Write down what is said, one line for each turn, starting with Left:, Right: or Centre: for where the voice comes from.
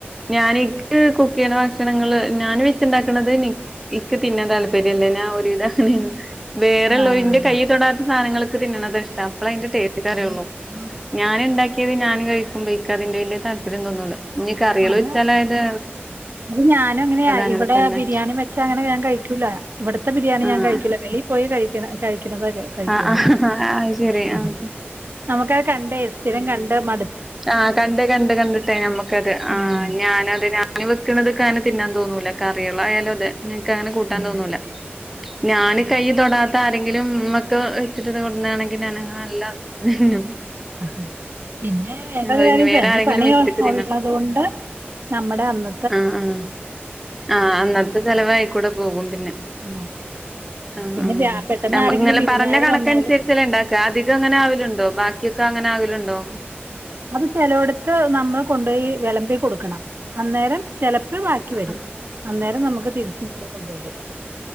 Centre: ഞാനിക്ക് കുക്കെയ്യ്ണ ഭക്ഷണങ്ങള് ഞാൻ വെച്ച്ണ്ടാക്ക്ണത് നിക്ക് ഇൻക്ക് തിന്നാൻ താല്പര്യല്ല പിന്നെ ഒരുവിധം അങ്ങനെണ് വേറെള്ളോല്
Right: ആഹ്
Centre: ഇന്റെ കയ്യ് തൊടാത്ത സാധനങ്ങള് ക്ക്തിന്ന്ണതാ ഇഷ് ട്ടം അപ്പള ഐന്റെ ടേസ്റ്ററിള്ളൂ ഞന്ണ്ടാക്കിയത് ഞാന് കഴിക്കുമ്പോ ക്കതിന്റെ വല്യ താല്പര്യം തോന്നൂല ഇഞ്ഞി കറികള്
Right: അത്
Centre: വെച്ചാല് അത്
Right: അത് ഞാനും അങ്ങനെയ
Centre: അങ്ങനെ
Right: ഇവടെ
Centre: തന്നെ
Right: ബിരിയാണി വെച്ചാ അങ്ങനെ ഞാൻ കഴിക്കൂല ഇവിട്ത്തെ ബിരിയാണി
Centre: ആഹ്
Right: ഞാൻ കഴിക്കൂല വെളി പോയി കഴിക്ക് ണതെ കഴിക്കോളൂ
Centre: ആഹ് ആഹ് അത് ശെരി
Right: ആ
Centre: ആഹ്
Right: നമുക്കത് കണ്ടേ സ്ഥിരം കണ്ട് മട്
Centre: ആ കണ്ട് കണ്ട് കണ്ടിട്ടേ നമ്മക്ക ത് ആ
Right: ഉം
Centre: ഞാനത് ഞാന് വെക്കണത് ക്കങ്ങനെ തിന്നാൻ തോന്നൂല കറിളായാലും അതെ നിൻക്കങ്ങനെ കൂട്ടാ
Right: ഉം
Centre: തോന്നൂല ഞാന്
Right: ഉം.
Centre: കയ്യ് തൊടാ ത്ത ആരെങ്കിലും ഇമ്മക്കെവെച്ചിട്ട് കൊട്ന്നാണെങ്കില് ഞാന് നല്ലാസ്വദിച്ച് തിന്നും
Right: ആ പി ന്നെ വേറൊരു
Centre: ഞാൻ പറയും
Right: കാര്യം
Centre: ഇനി വേറെ
Right: പനി
Centre: ആരെങ്കിലും
Right: പണി
Centre: വെച്ചിട്ട് ഇക്ക്
Right: ഒള്ളതോണ്ട് നമ്മടെ അന്ന
Centre: ആ ആ ആ അന്നത്തെ ചെലവയ്ക്കൂടെ പോകും പിന്നെ
Right: ആ.
Centre: ഉം
Right: പിന്നെ
Centre: ഉം
Right: വ്യാ- പെട്ടെന്ന്
Centre: നമക്ക്ങ്ങനെ
Right: ആരെങ്കിലും വിരുന്നുകാര്
Centre: പറഞ്ഞ കണക്കൻസരിച്ചല്ലെ
Right: വന്നാലും
Centre: ഇണ്ടാക്ക അധികങ്ങനെ ആവല്ണ്ടോ ബാക്കിക്കെ അങ്ങനെ ആകല്ണ്ടോ
Right: അത് ചെലോട്ത്ത് നമ്മള് കൊണ്ടോയി വെളമ്പി കൊടുക്കണം അന്നേരം ചെല പ്പം ബാക്കി
Centre: ആഹ്
Right: വരും അന്നേരം നമുക്ക് തിരിച്ച് ഇങ്ങട് കൊണ്ടെരും